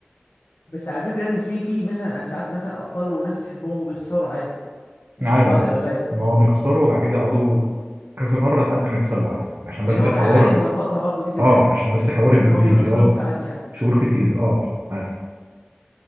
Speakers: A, on the left (about 65°); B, on the right (about 55°).
A: بس على فكره يا ابني في في مثلا ساعات مثلا ابطال وناس بتحبهم وبيخسروا عادي يعني
B: عادي
A: في بعض
B: عادي
A: الاوقات
B: ما هو بيخسروا وبعد كده يقعدوا كذا مره لحد ما يكسبوا عادي عشان
A: يعني
B: بس
A: هو
B: الحوار
A: ح- عادي مظبطها برضه دي كمان
B: اه عشان بس الحوار يبقى
A: ان
B: كبير
A: هو بيخسرهم
B: يقعد
A: ساعات يعني
B: شهور كتير اه عادي